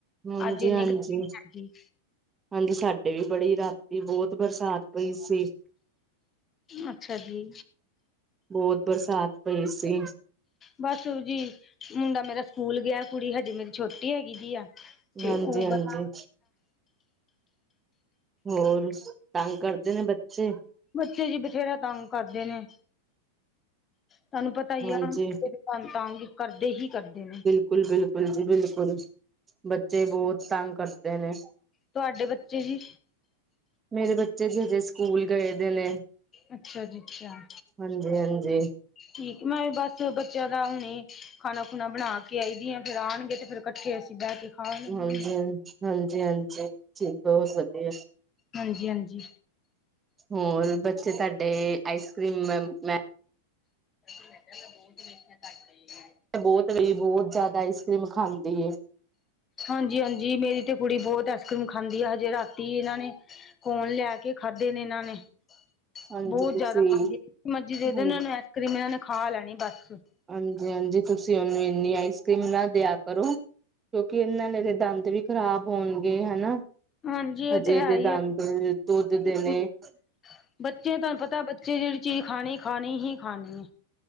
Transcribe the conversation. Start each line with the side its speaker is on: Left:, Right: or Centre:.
Right: ਹਾਂਜੀ-ਹਾਂਜੀ
Left: ਅੱਜ ਇੰਨੀ ਗਰਮੀ ਹੈਗੀ
Right: ਹਾਂਜੀ ਸਾਡੇ ਵੀ ਬੜੀ ਰਾਤੀ ਬੋਤ ਬਰਸਾਤ ਪਈ ਸੀ।
Left: ਅੱਛਾ ਜੀ।
Right: ਬੋਤ ਬਰਸਾਤ ਪਈ ਸੀ।
Left: ਬਸ ਜੀ ਮੁੰਡਾ ਮੇਰਾ ਸਕੂਲ ਗਿਆ ਕੁੜੀ ਹਜੇ ਮੇਰੀ ਛੋਟੀ ਹੈਗੀ ਜੀ ਆ। ਤੇ
Right: ਹਾਂਜੀ
Left: ਓ
Right: ਹਾਂਜੀ
Left: ਬ
Right: ਹੋਰ ਤੰਗ ਕਰਦੇ ਨੇ ਬੱਚੇ
Left: ਬੱਚੇ ਜੀ ਬਥੇਰਾ ਤੰਗ ਕਰਦੇ ਨੇ। ਤੁਹਾਨੂੰ ਪਤਾ ਹੀ
Right: ਹਾਂਜੀ
Left: ਆ ਫਿਰ ਤੰਗ ਕਰਦੇ ਹੀ ਕਰਦੇ ਨੇ।
Right: ਬਿਲਕੁਲ ਜੀ-ਬਿਲਕੁਲ ਜੀ ਬਿਲਕੁਲ ਬੱਚੇ ਬੋਤ ਤੰਗ ਕਰਦੇ ਨੇ।
Left: ਤੁਹਾਡੇ ਬੱਚੇ ਜੀ।
Right: ਮੇਰੇ ਬੱਚੇ ਜਜੇ ਸਕੂਲ ਗਏ ਦੇ ਨੇ।
Left: ਅੱਛਾ ਜੀ ਅੱਛਾ
Right: ਹਾਂਜੀ ਹਾਂਜੀ
Left: ਠੀਕ ਮੈਂ ਬਸ ਬੱਚਿਆਂ ਦਾ ਹੁਣੇ ਖਾਣਾ ਖੁਣਾ ਬਣਾ ਕੇ ਆਈ ਦੀ ਆਂ ਫੇਰ ਆਂਣਗੇ ਤੇ ਫੇਰ ਕੱਠੇ ਤੇ ਅਸੀਂ ਬਹਿ ਕੇ ਖਾ ਲਵਾਂਗੇ
Right: ਹਾਂਜੀ ਹ ਹਾਂਜੀ-ਹਾਂਜੀ ਬੋਤ ਵਧੀਆ
Left: ਹਾਂਜੀ-ਹਾਂਜੀ।
Right: ਹੋਰ ਬੱਚੇ ਤੁਹਾਡੇ ਆਈਸ ਕਰ੍ਰੀਮ ਮੈਂ
Left: <inaudible>
Right: ਬੋਤ ਵੀ ਬੋਤ ਜਾਦਾ ਆਈਸ ਕਰ੍ਰੀਮ ਖਾਂਦੀ ਏ।
Left: ਹਾਂਜੀ-ਹਾਂਜੀ ਮੇਰੀ ਤੇ ਕੁੜੀ ਬੋਤ ਆਈਸ ਕਰ੍ਰੀਮ ਖਾਂਦੀ ਆ ਹਜੇ ਰਾਤੀ ਇਹਨਾਂ ਨੇ ਕੋਣ ਲਿਆ ਕੇ ਖਾਧੇ ਨੇ ਇਹਨਾਂ ਨੇ।
Right: ਹਾਂਜੀ
Left: ਬੋਤ
Right: ਤੁਸੀਂ
Left: ਜਾਦਾ ਖਾਂ ਜਿ <unintelligible> ਮਰਜੀ ਦੇਦੇ
Right: ਹਾਂ
Left: ਇਹਨਾਂ ਨੂੰ ਆਈਸ ਕਰ੍ਰੀਮ ਇਹਨਾਂ ਨੇ ਖਾ ਲੈਣੀ ਬਸ
Right: ਹਾਂਜੀ-ਹਾਂਜੀ ਤੁਸੀਂ ਓਨੂੰ ਇੰਨੀ ਆਈਸ ਕਰ੍ਰੀਮ ਨਾ ਦਿਆ ਕਰੋ। ਕਿਉਂਕਿ ਇਹਨਾਂ ਨੇ ਦੇ ਦੰਦ ਵੀ ਖ਼ਰਾਬ ਹੋਣਗੇ ਹਨਾ।
Left: ਹਾਂਜੀ ਇਹ
Right: ਹਜੇ
Left: ਤੇ ਹੈ
Right: ਇਹਦੇ
Left: ਹੀ ਆ
Right: ਦੰਦ ਦੁੱਧ ਦੇ
Left: ਬ
Right: ਨੇ
Left: ਬੱਚੇ ਦਾ ਪਤਾ ਚੀ ਚੀਜ਼ ਖਾਣੀ-ਖਾਣੀ ਹੀ ਖਾਣੀ‌